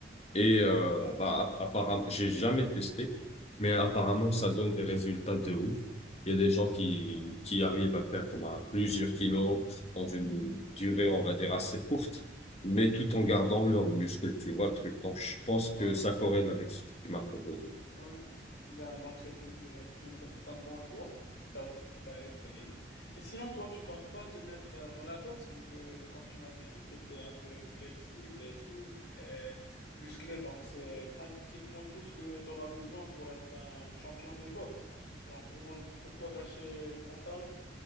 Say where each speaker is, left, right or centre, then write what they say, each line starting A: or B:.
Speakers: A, on the left; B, on the left.
A: Et euh,
B: d'accord.
A: bah, apparemment, j'ai jamais testé, mais apparemment,
B: Oui,
A: ça donne des résultats de ouf. Il y a des gens qui,
B: oui,
A: qui arrivent à perdre bah, plusieurs kilos dans une durée, on va dire, assez courte, mais tout en gardant
B: oui,
A: leurs muscles, tu vois, le truc. Donc, je pense que
B: oui.
A: ça corrèle avec ce que tu m'as proposé.
B: Ouais, Ben, donc c'est une, bo- c'est une, bo- c'est un bon choix, c'est à, c'est à essayer. Et sinon, toi, tu comptes pas te mettre euh, dans la boxe, vu que, comme tu m'avais dit, tu étais un peu flexible et souple et musclé, donc c'est pratiquement tout ce que tu auras besoin pour être un champion de boxe. Donc, genre, pour moi, pourquoi gâcher ton talent?